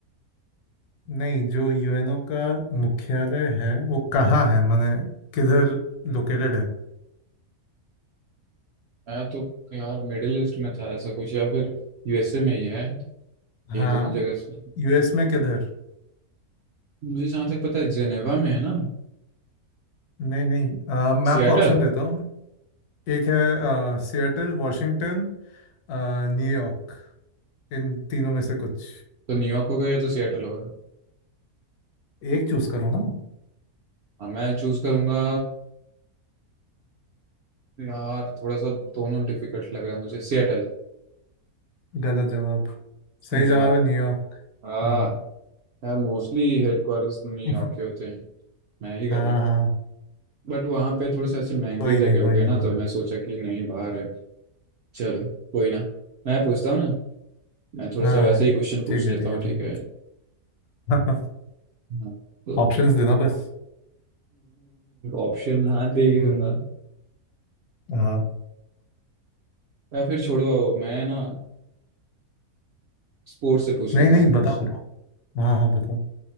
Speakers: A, on the left (about 85°); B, on the right (about 70°).
A: नहीं जो यूएनओ का मुख्यालय है वो कहाँ है माने किधर लोकेटेड है
B: मैं तो यार मिडिल ईस्ट में था ऐसा कुछ या फिर यूएसए में ही है यही
A: हाँ
B: दोनों जगह से
A: यूएस में किधर
B: मुझे जहाँ तक पता है जेनेवा में है ना
A: नहीं नहीं अ, मैं
B: सियाटल
A: आपको ऑप्शन देता हूँ एक है आ, सिएटल वॉशिंगटन अ, न्यूयॉर्क इन तीनों में से कुछ
B: तो न्यूयॉर्क होगा या तो सियाटल होगा
A: एक चूज करो ना
B: हाँ मैं चूज करूंगा यार थोड़ा सा दोनों डिफिकल्ट लग रहा है मुझे सियाटल
A: गलत जवाब सही
B: न्यूयॉर्क
A: जवाब है न्यूयॉर्क
B: हाँ
A: हाँ
B: यार मोस्टली हेडक्वार्टर्स न्यूयॉर्क
A: <laughs>
B: के होते हैं मैं ही गधा
A: हाँ
B: हूँ
A: हाँ
B: बट वहाँ पे थोड़े से ऐसे महंगे
A: कोई
B: जगह
A: नहीं कोई
B: हो गए
A: नहीं
B: ना
A: होता
B: तो मैं सोचा कि नहीं बाहर है चलो कोई ना मैं पूछता हूँ ना मैं थोड़ा
A: हाँ
B: सा वैसे ही क्वेश्चन पूछ
A: ठीक है
B: लेता
A: ठीक
B: हूँ
A: है ठीक
B: ठीक है
A: है
B: हाँ।
A: <laughs>
B: तो
A: ऑप्शंस देना बस
B: ऑप्शन हाँ दे ही
A: हम्म,
B: दूंगा
A: हाँ
B: या फिर छोड़ो मैं ना स्पोर्ट्स से पूछ
A: नहीं
B: लेता
A: नहीं
B: हूँ
A: बताओ बताओ हाँ हाँ बताओ